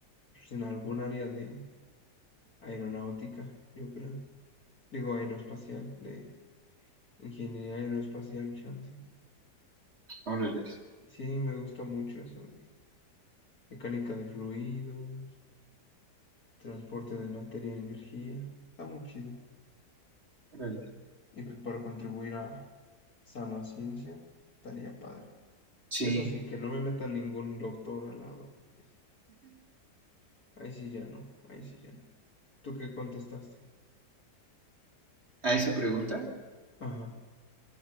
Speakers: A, on the left; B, on the right.
A: pues en algún área de aeronáutica, yo creo. Digo aeroespacial, de ingeniería aeroespacial, chance.
B: Órale.
A: Sí, me gusta mucho eso de mecánica de fluidos, transporte de materia y energía. Está muy chido.
B: Órale.
A: Y pues para contribuir a sana ciencia, estaría padre.
B: Sí,
A: Eso sí, que no me meta ningún doctor al lado, porque sí. Ahí sí ya no, ahí sí ya no. ¿Tú qué contestaste?
B: a esa pregunta,
A: Ajá,